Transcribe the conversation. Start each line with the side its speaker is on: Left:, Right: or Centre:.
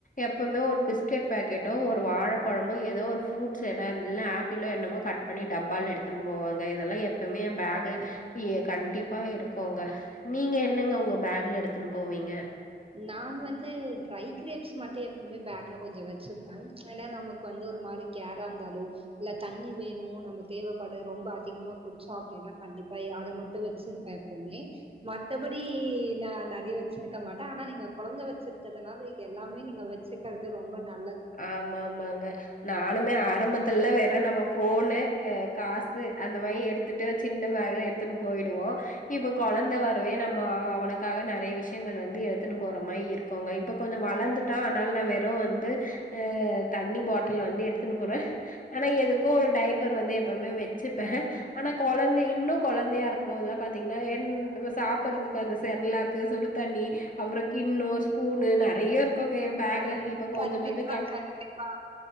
Left: எப்பமே ஒரு பிஸ்கெட் பேக்கெட்டோ ஒரு வாழப்பழமோ ஏதோ ஒரு ஃப்ரூட்ஸ் என எல்லா ஆப்பிளோ என்னமோ கட் பண்ணி டப்பாலா எடுத்துன்னு போவேங்க இதெல்லா எப்பமே பேகுல கண்டிப்பாக இருக் க்கங்க நீங்க என்னங்க உங்க பேக்ல எடுத்துனு போவீங்க
Right: நான் வந்து ட் ரை கிரேப்ஸ் மட்டு எப்பமே பேக்ல கொஞ்ச வச்சுப்பே ஏனா நமக்கு வந்து ஒரு மாரி கேரா இருந்தாலோ இல்ல தண்ணி வேணு நம்ம தேவைப்படு ரொம்ப அதிகமா குடிச்சோ அப்டின்னா கண்டிப்பா அத மட்டு வச்சிருப்பே எப்பமே மத்தபடி நா நெறையா வச்சிருக்க மாட் ஆனா நீங்க கொழந்த வச்சிருக்கிறதுனால இது எல்லாமே நீங்க வச்சுக்கறது ரொம்ப நல்
Left: ஆமா ஆமாங்க நானுமே ஆரம்பத்துல்ல வே ட்ட நம்ம ஃபோனு எ காசு அந்த மாரி எடுத்துட்டு சின்ன பேக்ல எடுத்துன்னு போயிடுவோ இப்ப கொழந்த வரவே நம்ம அவனுக்காக நறைய விஷயங்கள் வந்து எடுத்துன்னு போற மாரி இருக்குங்க இப்ப கொஞ்ச வளந்துட்டா ஆனால நா வெறு வந்து ஹே தண்ணி பாட்டில் வந்து எடுத் துனு போறே ஆனா எதுக்கோ ஒரு டயட் த்தர் வந்து எப்பமே வச்சுப்பே ஆனா கொழந்தை இன்னு கொழந்தையா இருக்கும்போதுல்லா பாத்தீங்னா என்‌ நம்ம சாப்புர்றதுக்கு அந்த செர்லாக்கு சுடுதண்ணி அப்றொ கிண்ணொ ஸ்பூனு‌ ந றைய இருக்குங்க எ பேக்ல இப்ப கொஞ்சொ
Right: கண்டிப்பா
Left: கொஞ்சொ
Right: கண்டிப்பா